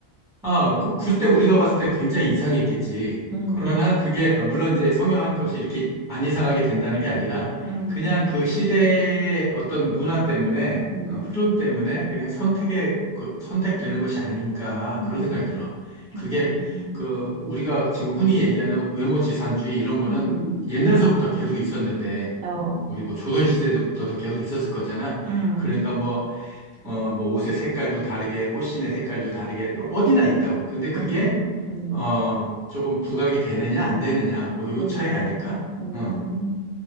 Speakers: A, in the centre; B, on the right.
A: 아, 그, 그때 우리가 봤을 때 굉장히 이상했겠지.
B: 음,
A: 그러나 그게, 아, 물론 이제 성형한 것이 이렇게 안 이상하게 된다는 게 아니라,
B: 음,
A: 그냥 그 시대의 어떤 문화 때문에,
B: 음,
A: 어, 흐름 때문에 그냥 선택에, 그, 선택되는 것이 아닌가,
B: 음,
A: 그런 생각이 들어.
B: 음,
A: 그게, 그, 우리가 지금 흔히 얘기하는 외모지상주의 이런 거는
B: 음, 음,
A: 옛날서부터 계속 있었는데,
B: 어,
A: 우리 뭐 조선시대부터도 계속 있었을 거잖아.
B: 음,
A: 그러니까 뭐, 어, 뭐 옷의 색깔도 다르게, 꽃신의 색깔도 다르게, 어디나 있다고. 근데 그게,
B: 음, 음,
A: 어, 조금 부각이 되느냐, 안 되느냐, 뭐 요
B: 음,
A: 차이 아닐까?
B: 음.
A: 어.